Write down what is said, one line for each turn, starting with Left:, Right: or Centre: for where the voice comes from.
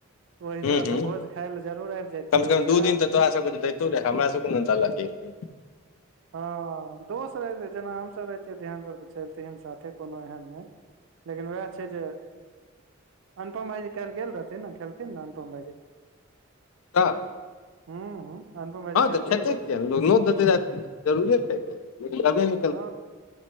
Right: तऽ ओहि हिसाबसँ
Left: हूँ हूँ
Right: भोज खाई ले जरूर आबि जातियै
Left: कम से कम
Right: एग्जाम
Left: दू दिन तऽ आस कर देैतौे हमरा सबके ने <unintelligible>
Right: हँ दोस्त रहतै जेना हमसभ रहहितियै ध्यान पर तऽ चलते साथे कोनो एहन नहि लेकिन उएह छै जे अनपम भाईजी काल गेल रहथिन ने खेलखिन ने अनपम भाईजी
Left: तऽ
Right: हूँ हूँ अनुपम भाईजी
Left: हँ
Right: काल्हि
Left: तऽ खेतै
Right: गेल रहथिन
Left: किया नहि लोक नोत देतै जरूरे खेतै लेकिन तबे ने
Right: ह